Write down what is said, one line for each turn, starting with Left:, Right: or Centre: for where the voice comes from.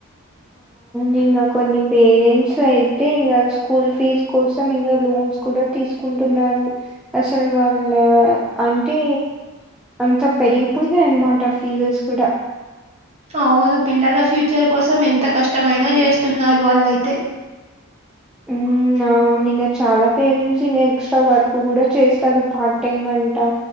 Centre: నిన్న కొన్ని పేరెంట్స్ అయితే ఇంకా స్కూల్ ఫీజ్ కోసం ఇంకా లోన్స్ కూడ తీసుకుంటున్నారు అసలు వాళ్ళ అంటే అంత పెరిగిపోయినాయి అనమాట ఫీజేస్ కూడా
Right: అవును పిల్లల ఫ్యూచర్ కోసం ఎంత కష్టమైన చేస్తున్నారు వాళ్ళయితే
Centre: ఉమ్ ఆ అవును ఇంగ చాలా పేరెంట్స్ ఇ ఎక్ట్రా వర్క్ కూడా చేస్తారు పార్ట్ టైమ్ అంటా